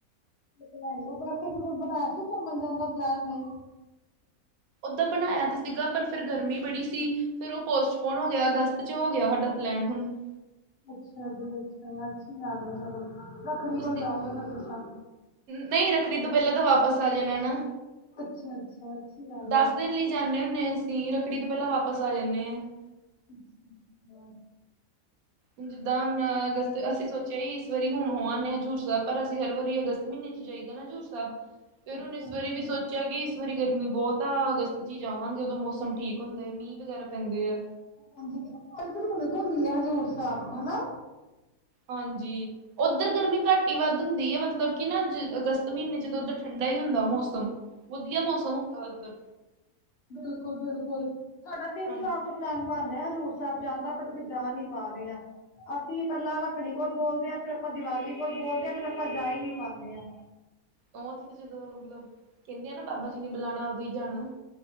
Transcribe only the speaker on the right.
ਉਦਾ ਬਨਾਂਈਆਂ ਤਾ ਸੀਗਾ ਪਰ ਫੇਰ ਗਰਮੀ ਬੜੀ ਸੀ, ਫੇਰ ਉਹ ਪੋਸਟਪੋਨ ਹੋ ਗਿਆ, ਅਗਸਤ ਚ ਹੋ ਗਿਆ, ਹਾਡਾ ਪਲੈਨ ਹੁਨ <unintelligible>
ਤੁਸੀਂ
ਨਹੀਂ ਰੱਖੜੀ ਤੋਂ ਪਹਿਲਾਂ ਤਾਂ ਵਾਪਸ ਆ ਜਾਣਾ ਨਾ
ਦਸ
ਦਿਨ ਲੀ ਜਾਂਨੇ ਹੁੰਨੇ ਅਸੀਂ, ਰੱਖੜੀ ਤੋਂ ਪਹਿਲਾਂ ਵਾਪਿਸ ਆ ਜਾਂਨ <unintelligible>
ਹੁਨ ਜਿੱਦਾ ਹੁਨ ਅਗਸਤ, ਅਸੀਂ ਸੋਚਿਆ ਈ ਇਸ ਵਾਰੀ ਹੁਨ ਹੋ ਆਂਨੇ ਹਜ਼ੂਰ ਸਾਹਿਬ ਪਰ ਅਸੀਂ ਹਰ ਵਾਰੀ ਅਗਸਤ ਮਹੀਨੇ ਜਾਈਦਾ ਨਾ ਜ਼ੂਰ ਸਾਹਿਬ, ਫੇਰ
ਹੁਨ ਇਸ ਵਾਰੀ ਵੀ ਸੋਚਿਆ ਕਿ ਕ ਵਾਰੀ ਗਰਮੀ ਬਹੁਤ ਆ ਅਗਸਤ ਚ ਹੀ ਜਾਵਾਂਗੇ ਉਦੋਂ ਮੌਸਮ ਠੀਕ ਹੁੰਦੇ ਆ ਮੀਂਹ ਵਗੈਰਾ ਪੈਂਦੇ ਆ
ਹਾਂਜੀ, ਉੱਧਰ ਗਰਮੀ ਘੱਟ ਈ ਵੱਧ ਹੁੰਦੀ ਐ ਮਤਲਬ ਕਿ ਨਾ ਜ ਅਗਸਤ ਮਹੀਨੇ ਜਦੋਂ ਉੱਧਰ ਠੰਡਾ ਈ ਹੁੰਦਾ ਮੌਸਮ। ਵਦੀਆ ਮੌਸਮ ਹੁੰਦਾ ਓਥਰ।
ਹਾਂਜੀ
ਉਹ ਤੇ ਜਦੋਂ ਮਤਲਬ, ਕਹਿੰਦੇ ਆ ਨਾ ਬਾਬਾ ਜੀ ਨੇ ਬੁਲਾਣਾ ਉਦੋਂ ਈ ਜਾਣਾ।